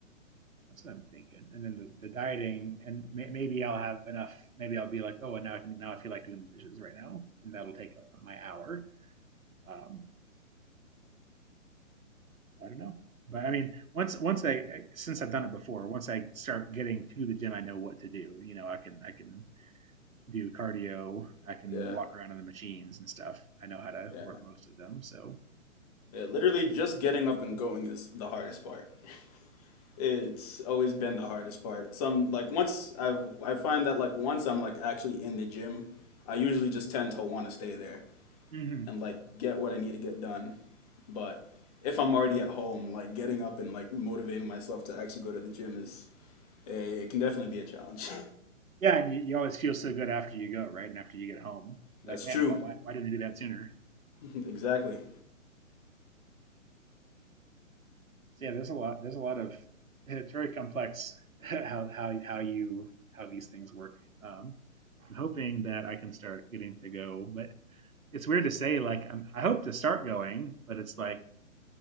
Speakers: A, on the right; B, on the left.
A: that's what I'm thinking. And then the, the dieting and may, maybe I'll have enough. Maybe I'll be like, oh, and now I can now I feel like doing the dishes right now, and that'll take up my hour. Um, I don't know. But I mean, once once I since I've done it before, once I start getting to the gym, I know what to do. You know, I can I can do cardio, I can
B: Yeah.
A: walk around on the machines and stuff. I know how to
B: Yeah.
A: work most of them. So
B: Yeah, literally just getting up and going is the hardest part. it's always been the hardest part. Some like once I I find that like once I'm like actually in the gym, I usually just tend to want to stay there
A: hmm
B: and like get what I need to get done. But if I'm already at home, like getting up and like motivating myself to actually go to the gym is a, it can definitely be a challenge.
A: yeah, and you, you always feel so good after you go, right? And after you get home, you're
B: <laughs> That's
A: like, man,
B: true.
A: why why why didn't I do that sooner?
B: <laughs> Exactly.
A: so yeah, there's a lot. There's a lot of. It's very complex <laughs> how how how you how these things work. Um, I'm hoping that I can start getting to go, but it's weird to say. Like I'm, I hope to start going, but it's like